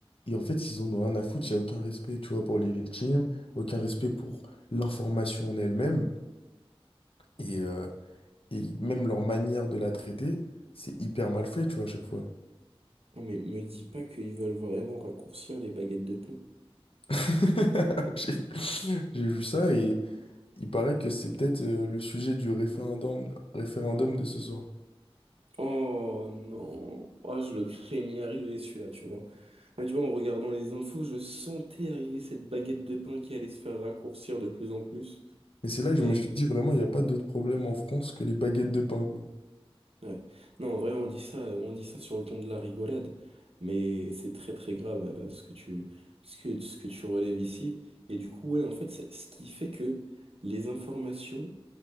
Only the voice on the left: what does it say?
Et en fait, ils en ont rien à foutre. Il n'y a aucun respect, tu vois, pour les victimes, aucun respect pour l'information en elle-même. Et, euh, et même leur manière de la traiter, c'est hyper mal fait, tu vois, à chaque fois.
<laughs> J'ai j'ai vu ça Il paraît que c'est peut-être euh, le sujet du référendum, référendum de ce soir.
Mais c'est là que je
me suis dit vraiment, il n'y a pas d'autre problème en France que les baguettes de pain, quoi.